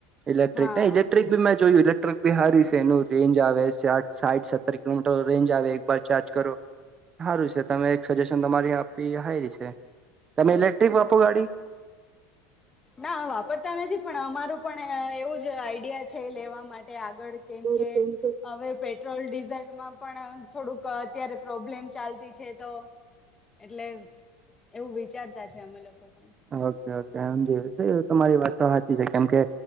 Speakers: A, on the right (about 30°); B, on the left (about 20°).
A: ઇલેક્ટ્રિક
B: હા
A: ઇલેક્ટ્રિક ભી મેં જોયું ઇલેક ક ભી હારી છે. એનું રેન્જ આવે સાઇડ સાઠ, સત્તર કિલોમીટર રેન્જ આવે. એકવાર ચાર્જ કરો સારું છે તમે એક સજેશન તમારી આપી હાય રી છે. તમે
B: હા
A: ઇલેક્ટ્રિક વાપો ગાડી?
B: ના વાપરતા નથી. પણ અમારું પણ એવું જ આઈડિયા છે. લેવા માટે, ગળ કેમ
A: થોડું
B: કે હવે પેટ્રોલ ડીઝલમાં પણ થોડુંક અત્યારે પ્રોબ્લેમ ચાલ છે. તો એટલે એવું, વિચારતા છે અમે લોકો, પણ
A: ઓકે ઓકે, આમ જો તમારી વાત તો સાચી છે. કેમ કે